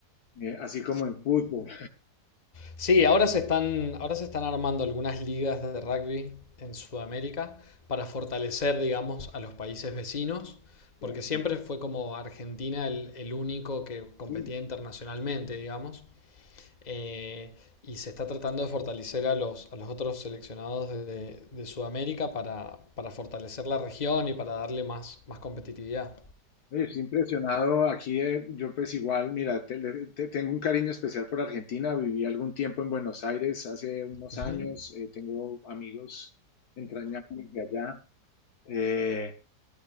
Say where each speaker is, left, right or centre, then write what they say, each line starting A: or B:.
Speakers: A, on the left; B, on the left.
A: eh, así como en fútbol.
B: Sí, ahora se están, ahora se están armando algunas ligas de rugby en Sudamérica para fortalecer, digamos, a los países vecinos, porque
A: <laughs>
B: siempre fue como Argentina el, el único que competía
A: Sí,
B: internacionalmente, digamos, eh, y se está tratando de fortalecer a los, a los otros seleccionados de, de Sudamérica para, para fortalecer la región y para darle más, más competitividad.
A: Oye, estoy impresionado aquí, eh, yo pues igual, mira, te- le- te- tengo un cariño especial por Argentina, viví algún tiempo en Buenos Aires hace unos
B: Ujú.
A: años, eh, tengo amigos entrañables de allá, eh,